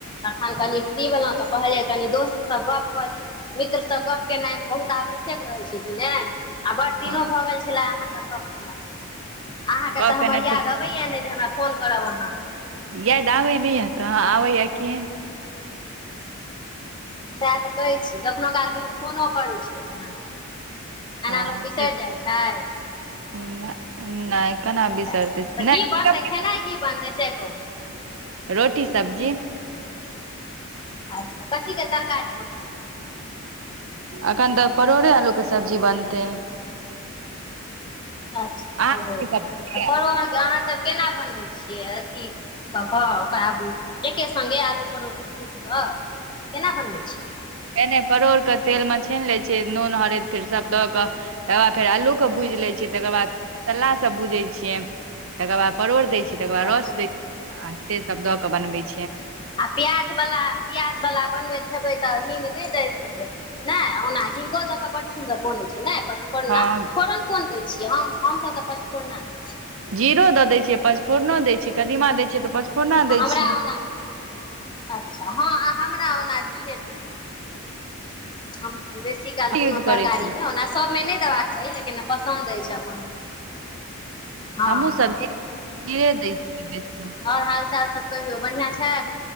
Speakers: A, on the left; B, on the right.
A: तखन कनि की भेलहु तऽ कहलिये कनि दोस्तसँ गप्प कऽ ली मित्रसँ गप्प केनाइ बहुत आवश्यक रहैत छै कि नहि आ बड्ड दिनो
B: हँ
A: भऽ गेल छला अहाँ सँ गप्प केला अहाँके
B: गप
A: तऽ हपर
B: केनाइ
A: याद अबैए नहि जे हमरा फोन करब अहाँ
B: याद आबै न य तऽ आबे य कि
A: सेह तऽ कहै छी कखनो कालके लोक फोनो करै छै नाऽ एना
B: हँ
A: लोग बिसरि
B: से
A: जाइ छै
B: नहि केना बिसरतै
A: तऽ
B: नहि
A: की बनतै खेनाइ की बनतै से कहू
B: रोटी सब्जी
A: अच्छा कथीके तरकारी बोनतै
B: एखन तऽ परोड़े आलू के सब्जी बनतै
A: <inaudible> अच्छा
B: अहाँके
A: परोर
B: की
A: बनतै
B: सब्जी यै?
A: परोर अहाँसभ केना बनबै छियै अथी कऽ कऽ ओकरा एके संगे आलू परोर के भुजि कऽ केना बनबै छियै
B: नइ - नइ परोड़ कऽ तेल मऽ छान लै छियै नून हरैद फेर सब दऽ कऽ तकर बाद फेर अल्लूकेँ भूजि लैत छियै तकर बाद मसालासभ भूजै छियै तकर बाद परोड़ देय छियै तकर बाद
A: अच्छा
B: रस देय आ से सब द के बनवे छिये
A: आ प्याजवला प्याजवला बनबैत हेबै तऽ हींग नहि दैत हेबै नहि ओना हिंगो द क बड सुन्दर बनै छै नय पचफोरना
B: हँ
A: फोरन कोन दै छियै हम हमसभ तऽ पंचपोरना दै छियै
B: जीरो दऽ दै छियै पचफोरनो दैत छियै कदीमा दैत छियै तऽ पचफोरना
A: आ
B: दै
A: हमरा
B: छियै
A: ओना अच्छा हँ हमरा ओना जीरे बेसी नीक लगै या हम बेसी काल कोनो
B: यूज करै
A: तरकारीमे
B: छै
A: ओना सभमे नहि देबाक चाही लेकिन पसन्द अछि अपन हँ
B: हमहु
A: हँ
B: सब्जी खीरे दै छियै बेसी
A: आओर हाल चाल सब कहियौ बढ़िआँ छै